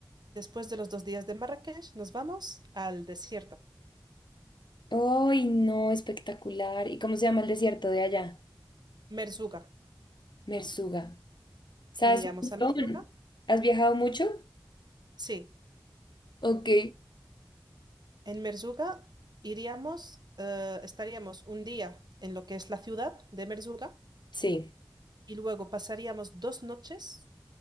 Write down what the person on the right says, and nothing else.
Después de los dos días de Marrakech, nos vamos al desierto,
Merzuga.
Iríamos
a Merzuga.
Sí,
en Merzuga iríamos, eh, estaríamos un día en lo que es la ciudad de Merzuga
y luego pasaríamos dos noches